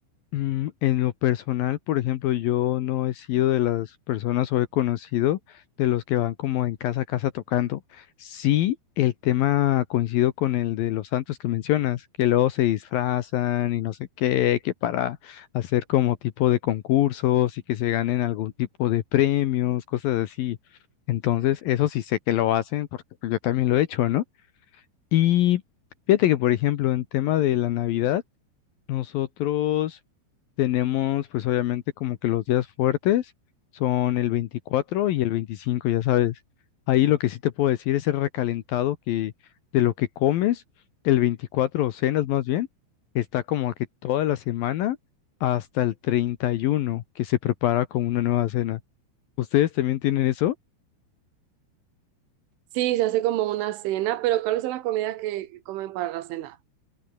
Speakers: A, on the left (about 75°); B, on the right (about 80°).
A: Mm, En lo personal, por ejemplo, yo no he sido de las personas o he conocido de los que van como en casa a casa tocando. Sí, el tema coincido con el de los santos que mencionas, que luego se disfrazan y no sé qué, que para hacer como tipo de concursos y que se ganen algún tipo de premios, cosas así. Entonces, eso sí sé que lo hacen porque pues, yo también lo he hecho, ¿no? Y fíjate que, por ejemplo, en tema de la Navidad, nosotros... Tenemos, pues obviamente como que los días fuertes son el 24 y el 25 ya sabes. Ahí lo que sí te puedo decir es el recalentado que de lo que comes, el 24 o cenas más bien, está como que toda la semana hasta el 31 que se prepara con una nueva cena. ¿Ustedes también tienen eso?
B: Sí, se hace como una cena, pero ¿cuáles son las comidas que comen para la cena?